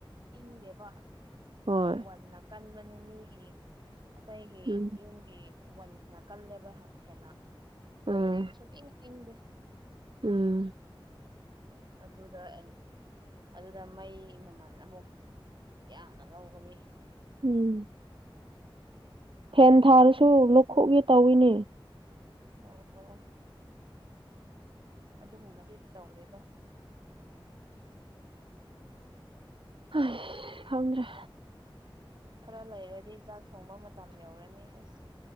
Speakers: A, on the right; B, on the right.
A: ꯏꯪꯗꯦꯕ
B: ꯍꯣꯏ
A: ꯋꯥꯟꯅ ꯀꯟꯕꯅꯦ ꯃꯤꯒꯤ ꯑꯇꯩꯒꯤ
B: ꯎꯝ
A: ꯌꯨꯝ ꯒꯤ ꯋꯟꯅ ꯀꯜꯂꯦꯕ ꯍ ꯍꯦꯟꯅ ꯈꯣꯏꯕꯨꯗꯤ
B: ꯎꯝ
A: ꯁꯨꯡ ꯏꯪ ꯏꯪꯗꯦ
B: ꯎꯝ
A: ꯑꯗꯨꯗ ꯑꯦꯟ ꯑꯗꯨꯗ ꯃꯩ ꯃꯃꯟ ꯑꯃꯨꯛ ꯌꯥꯝꯅ ꯂꯧꯒꯅꯤ
B: ꯎꯝ ꯐꯦꯟ ꯊꯥꯔꯁꯨ ꯂꯣꯛꯈꯨꯒꯦ ꯇꯧꯏꯅꯦ
A: ꯑꯣ ꯑꯣ ꯑꯗꯨꯒꯨꯝꯕꯗꯤ ꯇꯧꯗꯦꯗ
B: ꯍꯥꯏꯁ ꯈꯡꯗꯔ꯭ꯦ
A: ꯈꯔ ꯂꯩꯔꯗꯤ ꯆꯥꯛ ꯊꯣꯡꯕ ꯃꯇꯝ ꯌꯧꯔꯅꯤ ꯑꯁ